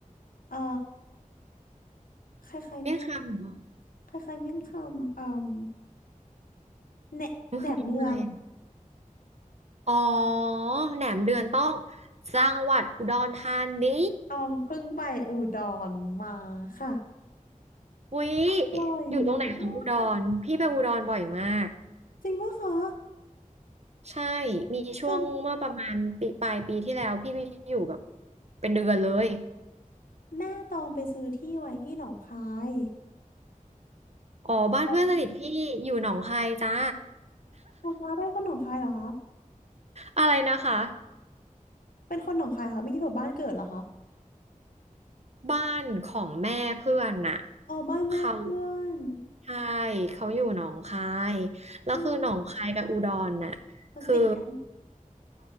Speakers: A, on the left; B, on the right.
A: เอ่อคล้ายๆเมี่ยง
B: เมี่ยงคำเหรอ
A: คล้ายๆเมี่ยงคำอืมแหนแหนมเนือง
B: มันคือเมนูอะไรอะ อ๋อแหนมเดือนต้องจังหวัดอุดรธานี
A: ตองเพิ่งไปอุดรมาค่ะ
B: วิ
A: อร่อยมาก
B: อยู่ตรงไหนของอุดรพี่ไปอุดรบ่อยมาก
A: จริงปะคะ
B: ใช่มีช่วงเมื่อประมาณปีปลายปีที่แล้วพี่ไปอยู่แบบ
A: คือ
B: เป็นเดือนเลย
A: แม่ตองไปซื้อที่ไว้ที่หนองคาย
B: อ๋อบ้านเพื่อนสนิทพี่อยู่หนองคายจ้า
A: แล้วป๊าป๊าเป็นคนหนองคายเหรอคะ
B: อะไรนะคะ
A: เป็นคนหนองคายค่ะไม่คิดว่าบ้านเกิดเหรอคะ
B: บ้านของแม่เพื่อนน่ะ
A: อ๋อบ้านแม่เพื่อน
B: เขาใช่เขาอยู่หนองคายแล้วคือหนองคายกับอุดรน่ะคือ
A: อืมมันติดกัน